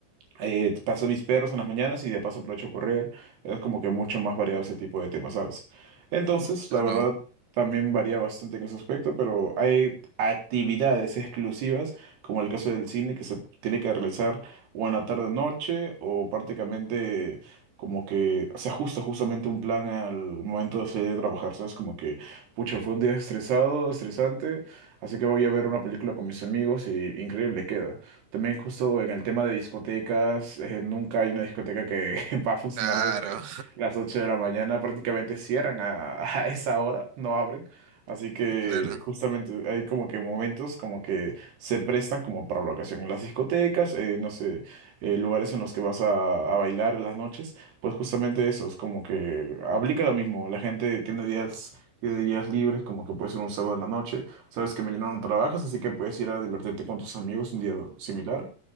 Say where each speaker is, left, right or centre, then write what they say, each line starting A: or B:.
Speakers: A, on the right; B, on the right.
A: eh, paso mis perros en las mañanas y de paso aprovecho a correr. Es como que mucho más variado ese tipo de temas, ¿sabes? Entonces,
B: Claro,
A: la verdad, también varía bastante en ese aspecto, pero hay actividades exclusivas, como el caso del cine, que se tiene que realizar o en la tarde o noche, o prácticamente como que se ajusta justamente un plan al momento de salir de trabajar, ¿sabes? Como que, pucha, fue un día estresado, estresante, así que voy a ver una película con mis amigos y increíble queda. También justo en el tema de discotecas, eh, nunca hay una discoteca que <laughs> va a funcionar
B: claro,
A: desde las 8 de la mañana, prácticamente cierran a, <laughs> a esa hora, no abren. Así que
B: <laughs> claro.
A: justamente hay como que momentos como que se prestan como para la ocasión. En Las discotecas, eh, no sé, eh, lugares en los que vas a, a bailar en las noches, pues justamente eso, es como que aplica lo mismo. La gente tiene días, tiene días libres, como que puede ser un sábado en la noche Sabes que mañana no trabajas, así que puedes ir a divertirte con tus amigos un día similar